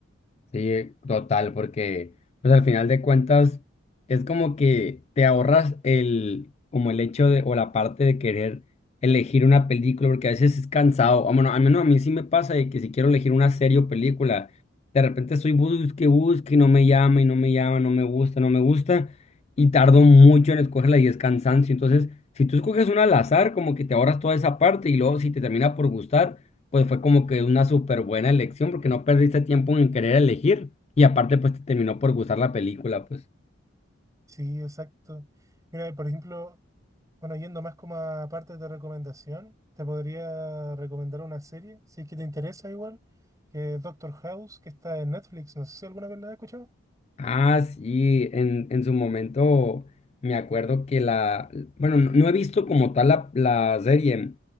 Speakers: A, on the left; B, on the right.
A: Sí, total, porque pues al final de cuentas es como que te ahorras el, como el hecho de, o la parte de querer elegir una película, porque a veces es cansado. Ah, Bueno, al menos a mí sí me pasa de que si quiero elegir una serie o película, de repente estoy busque, busque, y no me llama, y no me llama, no me gusta, no me gusta, y tardo mucho en escogerla y es cansancio. Entonces, si tú escoges una al azar, como que te ahorras toda esa parte y luego si te termina por gustar pues fue como que una súper buena elección porque no perdiste tiempo en querer elegir y aparte pues te terminó por gustar la película, pues.
B: Sí, exacto. Mira, por ejemplo, bueno, yendo más como a partes de recomendación, te podría recomendar una serie, si es que te interesa igual, que es Doctor House, que está en Netflix. No sé si alguna vez la has escuchado.
A: Ah, sí, en, en su momento me acuerdo que la, bueno, no, no he visto como tal la, la serie,